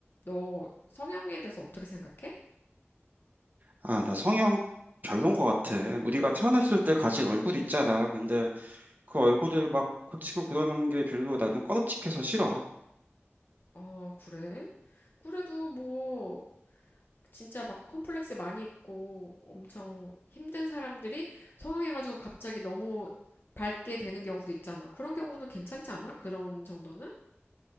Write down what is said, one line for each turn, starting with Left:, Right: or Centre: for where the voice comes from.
Left: 너 성형에 대해서 어떻게 생각해?
Right: 아, 나 성형 별론 것 같아. 우리가 태어났을 때 가진 얼굴 있잖아. 근데 그 얼굴을 막 고치고 그러는 게 별로 나는 꺼름칙해서 싫어.
Left: 아, 그래? 그래도 뭐 진짜 막 컴플렉스 많이 있고 엄청 힘든 사람들이 성형해가지고 갑자기 너무 밝게 되는 경우도 있잖아. 그런 경우는 괜찮지 않아? 그런 정도는?